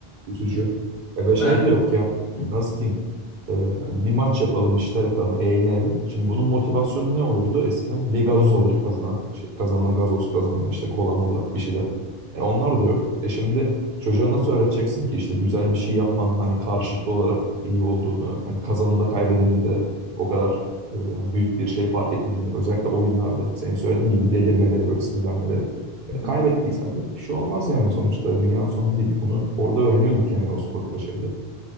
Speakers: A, on the right; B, on the left.
A: Üzücü.
B: Ya-
A: E ve
B: ya
A: şey
B: ben
A: de yok yani.
B: Hı.
A: Nasıl diyeyim? E, hani bir maç yapalım, bir şeyler yapalım, eğlenelim. Şimdi bunun motivasyonu ne olurdu? Eskiden bir gazoz alır kazanan. Şey, kazanana gazoz kazanan işte kola mola bir şeyler. E onlar da yok. E şimdi çocuğa nasıl öğreteceksin ki işte güzel bir şey yapmanın hani karşılıklı olarak iyi olduğunu, hani kazanında kaybedeninde o kadar e, hani büyük bir şey fark etmediğini, özellikle oyunlarda senin söylediğin gibi delirmeleri böyle sinirlenmeleri.
B: Hı.
A: E, kaybettiysen de bir şey olmaz yani sonuçta dünyanın sonu değil. Bunu orada öğreniyorduk yani o sokakta şeyde.